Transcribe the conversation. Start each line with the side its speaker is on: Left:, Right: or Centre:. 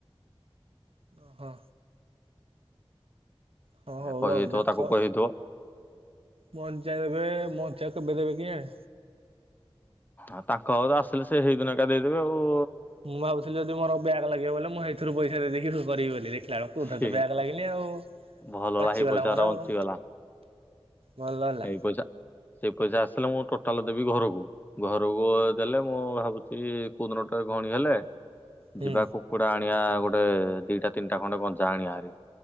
Right: ଓହୋ ହଁ
Left: ଏ
Right: ହଉ
Left: କହିଦେଇଥିବ
Right: ଆଉ ଦେଖ।
Left: ତାକୁ କହିଦେଇଥିବ
Right: ମଞ୍ଚା ଦେବେ ମଞ୍ଚା କେବେ ଦେବେ କି ଆଁ?
Left: ଆଉ ତାଙ୍କ ଆଉ ଆସିଲେ ସେ ହେଇ ଦିନଟା ଦେଇଦେବେ ଆଉ।
Right: ମୁଁ ଭାବୁଥିଲି ଯଦି ମୋର <unintelligible> ଲାଗିବ ବୋଲେ ମୁଁ ହେଇଥିରୁ ପଇସା ଦେଇ ଦେଇକି କରିବି ବୋଲି ଦେ ତାର କଉଥରେ
Left: ହେ
Right: ତ ବ୍ୟାଗ ଲାଗିନି ଆଉ
Left: ଭଲ ହେଲା
Right: ପାଚିଗଲା
Left: ହେଇ ପଇସା
Right: ମୋର
Left: ଗୁରା ବଞ୍ଚିଗଲା
Right: ଆଉ। ଭଲ ହେଲା।
Left: ହେଇ ପଇସା ସେଇ ପଇସା ଆସିଲେ ମୁଁ ଟୋଟାଲ ଦେବି ଘରକୁ। ଘରକୁ ଦେଲେ ମୁଁ ଭାବୁଚି କୋଉଦିନଟା ଘଣୀ ହେଲେ।
Right: ହୁଁ।
Left: ଯିବା କୁକୁଡ଼ା ଆଣିବା ଗୋଟେ ଦିଟା ତିନିଟା ଖଣ୍ଡେ ଗଞ୍ଚା ଆଣିବା ହାରି।